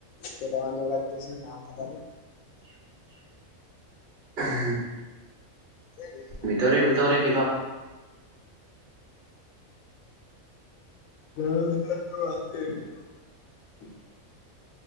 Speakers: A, on the left; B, on the right.
A: কেইটামান জগাত গৈছো নাম নাজানো।
B: <unintelligible>
A: <unintelligible>
B: ভিতৰে ভিতৰে কিবা
A: ঘৰৰ ভিতৰত টো আছেই এইকেইদিন।